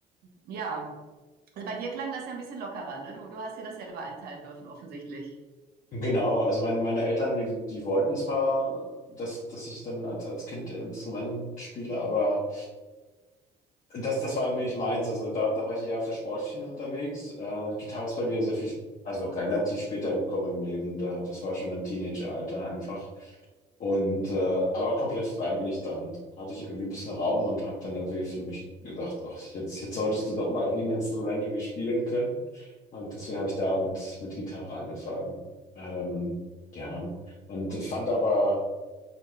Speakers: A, on the right; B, on the left.
A: Ja, also bei dir klang das ja ein bisschen lockerer, ne? Du, du hast dir das selber einteilen dürfen, offensichtlich.
B: Genau, also mein, meine Eltern, die, die wollten zwar, dass, dass ich dann als, als Kind Instrument spiele, aber das, das war irgendwie nicht meins. Also da, da war ich eher auf der Sportschiene unterwegs. Äh, Gitarre ist bei mir sehr viel, sp- also relativ später gekommen im Leben. Da, das war schon im Teenageralter einfach. Und äh, aber komplett freiwillig dann. Hatte ich irgendwie ein bisschen Raum und habe dann irgendwie für mich gedacht, ach, jetzt, jetzt solltest du doch mal <laughs> irgendwie Instrumente wie spielen können. Und deswegen habe ich da mit, mit Gitarre angefangen. Ähm, ja, und ich fand aber